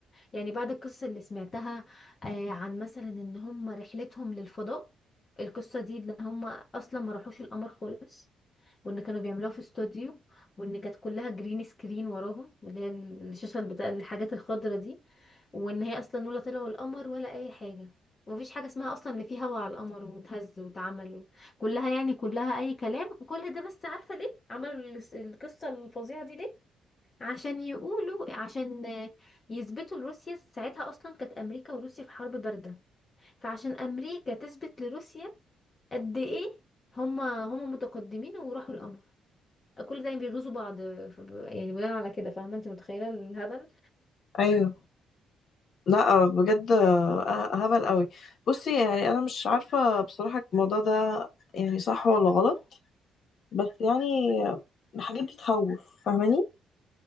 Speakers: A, on the left (about 35°); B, on the left (about 60°).
A: يعني بعد القصة اللي سمعتها آه، عن مثلا ان هم رحلتهم للفضاء القصة دي ان هم اصلا ما راحوش القمر خالص وان كانوا بيعملوها في استوديو وان كانت كلها جرين سكرين وراهم اللي هي الشاشة بتاع الحاجات الخضرة دي وان هي اصلا ولا طلعوا القمر ولا اي حاجة ومفيش حاجة اسمها اصلا ان في هوا على القمر وتهز واتعمل كلها يعني كلها اي كلام كل ده بس عارفة ليه عملوا الس- القصة الفظيعة دي ليه عشان يقولوا عشان آه، يثبتوا لروسيا ساعتها اصلا كانت امريكا وروسيا في حرب بارده فعشان امريكا تثبت لروسيا قد ايه هما هما متقدمين وراحوا القمر كل ده بيغيظوا بعض آه، ف- ب- يعني بناء على كده فاهمه انت متخيله الهبل
B: ايوه لا بجد آه، هبل قوي بصي يعني انا مش عارفه بصراحه الموضوع ده يعني صح ولا غلط بس يعني الحاجات دي تخوف فاهماني